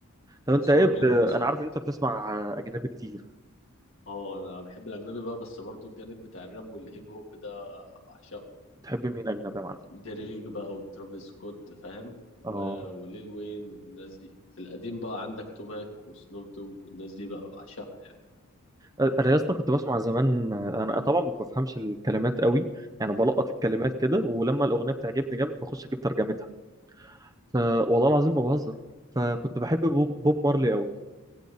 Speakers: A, on the right; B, on the left.
A: طب
B: بس
A: انت ايه
B: هو
A: بت...
B: جامد بصراحة
A: انا عارف ان انت بتسمع اجنبي كتير
B: اه أنا بحب الأجنبي بقى بس برضه الجانب بتاع الراب والهيب هوب ده بعشقه
A: بتحب مين اجنبي يا معلم
B: دريك بقى وترافيس سكوت فاهم و...
A: اه
B: وليل وين والناس دي في القديم بقى عندك توباك وسنوب دوج والناس دي بقى بعشقها يعني
A: انا يا اسطى كنت بسمع زمان انا طبعا ما بفهمش الكلمات قوي يعني بلقط الكلمات كده ولما الاغنيه بتعجبني جامد بخش اجيب ترجمتها ف... والله العظيم ما بهزر فكنت بحب بوب, بوب مارلي قوي